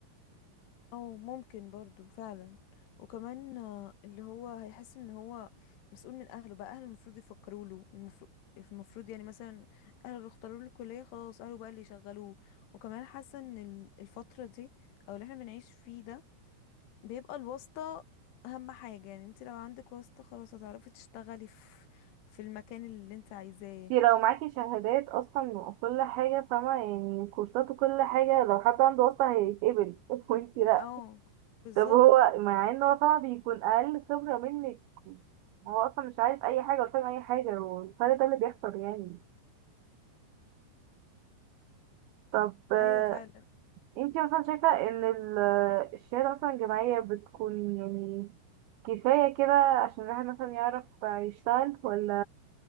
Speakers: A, on the left (about 75°); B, on the right (about 80°).
A: او ممكن برضو فعلا وكمان آه، اللي هو هيحس ان هو مسؤول من اهله بقى اهله المفروض يفكروا له المفروض المفروض يعني مثلا اهله اللي اختاروا له الكليه خلاص اهله بقى اللي يشغلوه وكمان حاسه ان ال- الفتره دي او اللي احنا بنعيش فيه ده بيبقى الواسطه اهم حاجه يعني انت لو عندك واسطه خلاص هتعرفي تشتغلي في في المكان اللي انت عايزاه
B: انتي لو معاكي شهادات اصلا وكل حاجه فاهمه يعني كورسات وكل حاجه لو حد عنده اصلا هيتقبل <laughs> وانتي لا
A: اه بالظبط
B: طب هو مع ان هو طبعا بيكون اقل خبرة منك هو اصلا مش عارف اي حاجة ولا فاهم اي حاجة والفرق ده اللي بيحصل يعني طب آه،
A: ايوه فعلا
B: انتي مثلا شايفة ان ال- آه، الشهادة مثلا الجامعية بتكون يعني كفاية كده عشان الواحد مثلا يعرف يشتغل ولا